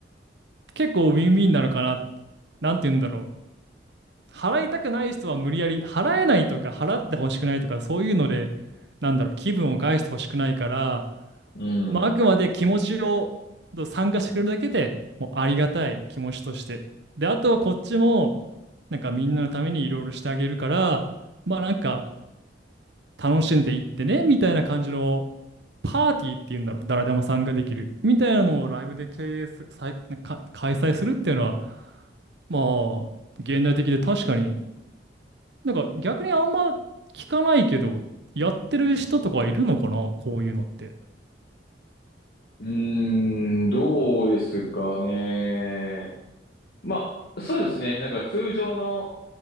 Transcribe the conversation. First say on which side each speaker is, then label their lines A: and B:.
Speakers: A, on the right; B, on the left.
A: 結構ウィンウィンなのかな、なんて言うんだろう。払いたくない人は無理やり払えないとか払ってほしくないとかそういうのでなんだろう気分を害してほしくないから、
B: うん。
A: まあ、あくまで気持ちをど参加してくれるだけでもうありがたい気持ちとしてであとはこっちもなんかみんなのためにいろいろしてあげるからまあなんか楽しんでいってねみたいな感じのパーティーっていうんだろう誰でも参加できるみたいなのをライブで経営す、さい、か開催するっていうのはまあ現代的で確かになんか逆にあんま聞かないけど、やってる人とかいるのかな、こういうのって。
B: うーん、どうですかね。まあ、そうですね。なんか通常の、